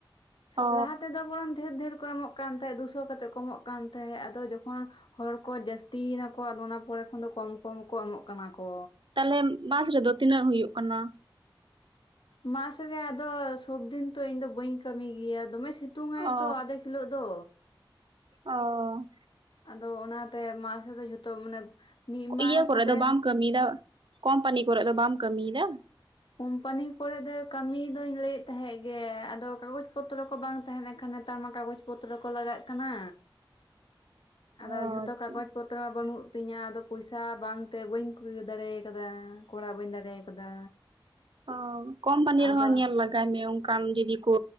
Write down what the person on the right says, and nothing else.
ᱚ
ᱛᱟᱞᱚᱞᱮ ᱢᱟᱥ ᱨᱮᱫᱚ ᱛᱤᱱᱟᱹᱜ ᱦᱩᱭᱩᱜ ᱠᱟᱱᱟ?
ᱚ
ᱚ᱾
ᱤᱭᱟᱹ ᱠᱚᱨᱮ
ᱫᱚ ᱵᱟᱢ ᱠᱟᱹᱢᱤᱭᱫᱟ ᱠᱚᱢᱯᱟᱱᱤ ᱠᱚᱨᱮ ᱫᱚ ᱵᱟᱢ ᱠᱟᱹᱢᱤᱭᱫᱟ?
ᱚ
ᱟᱪᱪᱷᱟ
ᱚ ᱠᱚᱢᱯᱟᱱᱤ
ᱨᱮᱦᱚᱸ ᱧᱮᱞ ᱞᱟᱜᱟᱭ ᱢᱮ ᱚᱱᱠᱟᱱ ᱡᱩᱫᱤ ᱠᱚ